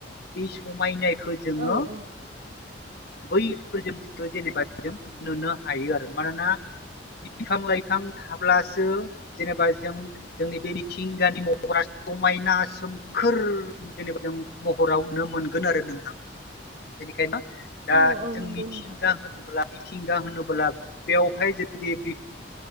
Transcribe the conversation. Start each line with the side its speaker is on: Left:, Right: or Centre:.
Left: बे समायनाय खो जोङो
Right: औ औ
Left: बैफोर जों बिखो जेनेबा जों नुनो हायो आरो मानोना बिफां लाइफां थाब्लासो जेनेबा जों जोंनि बे मिथिंगानि म हरा समायना सोमखोर जेनेबा जों महराव नुनो मोनगोन आरो नोंथां। बेनिखायनो दा
Right: औ औ
Left: जों
Right: नंगौ
Left: मिथिंगा
Right: नोंथां
Left: होनोब्ला मि थिंगा होनोब्ला बेवहाय जुदि बि